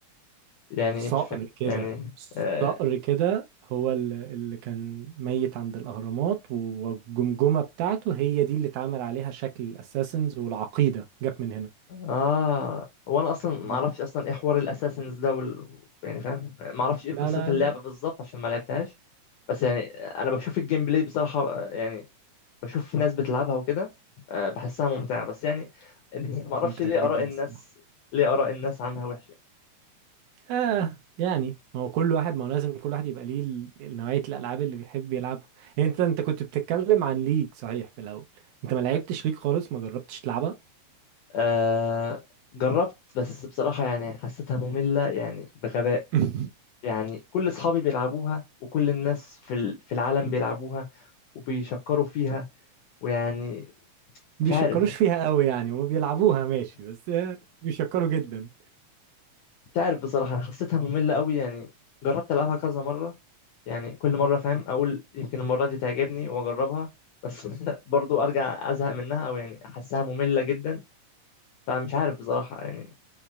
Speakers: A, on the left; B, on the right.
A: يعني
B: صقر
A: مش فاهم
B: كده
A: يعني آه،
B: صقر كده هو ال- اللي كان ميت عند الأهرامات و- والجمجمة بتاعته هي دي اللي اتعمل عليها شكل الأساسنز والعقيدة جت من هنا
A: اه وانا اصلا ما
B: مم.
A: اعرفش اصلا ايه حوار الاساسنز ده وال... يعني فاهم ما اعرفش ايه
B: لا
A: قصه
B: لا
A: اللعبه بالظبط عشان ما لعبتهاش بس يعني انا بشوف الجيم بلاي بصراحه آه، يعني بشوف ناس بتلعبها وكده آه، بحسها ممتعه بس يعني <laughs> ما اعرفش
B: ممتع
A: ليه
B: جدا
A: اراء الناس
B: الصراحة
A: ليه اراء الناس عنها وحشه
B: آه يعني هو كل واحد ما هو لازم كل واحد يبقى ليه ال- نوعية الألعاب اللي بيحب يلعبها يعني انت انت كنت بتتكلم عن ليج صحيح في الأول انت ما لعبتش ليج خالص ما جربتش تلعبها
A: آه جربت بس بصراحة يعني حسيتها مملة يعني بغباء
B: <laughs>
A: يعني كل أصحابي بيلعبوها وكل الناس في ال- في العالم بيلعبوها وبيشكروا فيها ويعني
B: بيشكروش
A: مش عارف
B: فيها قوي يعني وما بيلعبوها ماشي بس آه، بيشكروا جدا
A: مش عارف بصراحة أنا حسيتها مملة قوي يعني جربت ألعبها كذا مرة يعني كل مرة فاهم أقول يمكن المرة دي تعجبني وأجربها بس <laughs> برضو أرجع أزهق منها أو يعني أحسها مملة جدا فمش عارف بصراحة يعني